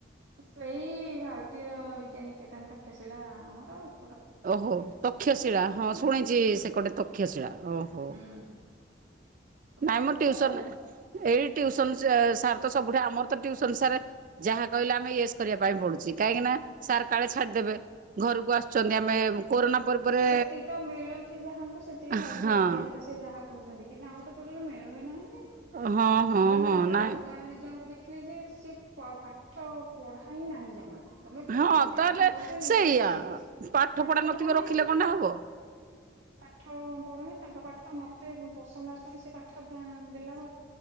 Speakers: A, on the right; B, on the right.
A: ସେଇ ଭାରତୀୟ ବିଦ୍ୟାନିକେତନ ତକ୍ଷ ଶିଳା ଆମର ଆଉ।
B: ଓହୋ ତକ୍ଷଶିଳା ହଁ ଶୁଣିଚି
A: ହୁଁ
B: ସେ କଟେ ତକ୍ଷଶିଳା ଓହୋ।
A: ହୁଁ। ପଢୁଛି
B: ନାଇଁ ମୁଁ ଟିୟୁସନ
A: ତ
B: ରେ ଏଇ ଟିୟୁସନ ସାର୍ ତ ସବୁଠି ଆମର ତ ଟିୟୁସନ ସାର୍ ଯାହା କହିଲେ ଆମେ ଇଏସ୍ କରିବା ପାଇଁ ପଡୁଚି କାହିଁକି ନା ସାର୍ କାଳେ ଛାଡିଦେବେ। ଘରକୁ ଆସୁକନ୍ତି ଆମେ କୋରୋନା ପରେ ପରେ
A: ସେତିକି ତ ମିଳୁଚି ଯାହାଙ୍କୁ ସେତିକି ଧରିକି
B: ହଁ
A: ରଖିବା କଥା ସେ ଯାହା କହୁଚତନ୍ତି। କିନ୍ତୁ ଆମ ତ ଟୋଟାଲ୍ ମିଳୁ ହିଁ ନାହାନ୍ତି।
B: ଓ ହଁ।
A: ମିଳୁନାହାନ୍ତି
B: ହଁ ନାଇଁ
A: ଆଉ ଜଣେ ଦିଇ ଜଣଙ୍କୁ ଦେଖିଲେ ଯେ ସିଏ ପ ପାଠ ପଢା ହିଁ ନାହିଁ ଜମା। ତମେ
B: ହଁ
A: ପଇ ଯାହା
B: ତାହେଲେ
A: ନଉଛ ନିଅ
B: ସେଇଆ
A: ପଛେ ପାଠ
B: ପଢ଼ା ନଥିବ
A: ପଢା ନାହିଁ।
B: ରଖିଲେ କଣଟା ହବ
A: ପାଠ ପଢୁନି ତାଙ୍କ ପାଠ ତ ମତେ ପସନ୍ଦ ଆସୁନି ସେ ପାଠ ଦେ ଦେଲା